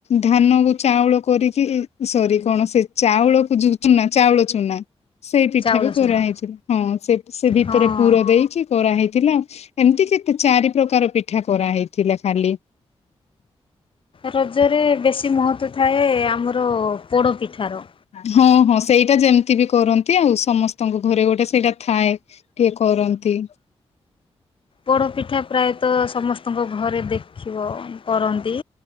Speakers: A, on the left; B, on the left.
A: ଧାନ କୁ ଚାଉଳ କରିକି ସରି କଣ ସେ ଚାଉଳକୁ ଯୁତୁନା ଚାଉଳକୁ ସୁୁନା। ସେଇ ପିଠା
B: ଚାଉଳ
A: ବି କରାହେଇଥିଲା।
B: ଚୁନା
A: ହଁ ସେ ସେ ଭିତରେ
B: ହଁ।
A: ପୁର ଦେଇକି କରାହେଇଥିଲା। ଏମିତି କେତେ ଚାରି ପ୍ରକାର ପିଠା କରା ହେଇଥିଲା ଖାଲି
B: ରଜରେ ବେଶୀ ମହତ୍ଵ ଥାଏ ଆମର ପୋଡ଼ପିଠାର
A: ହଁ ହଁ ସେଇଟା ଯେମିତି ବି କରନ୍ତି ଆଉ ସମସ୍ତେ ତଙ୍କ ଘରେ ଗୋଟେ ସେଇଟା ଥାଏ ଟିକେ କରନ୍ତି
B: ପୋଡ ପିଠା ପ୍ରାୟତଃ ସମ ତୁଙ୍କ ଘରେ ଦେଖିବ କରନ୍ତି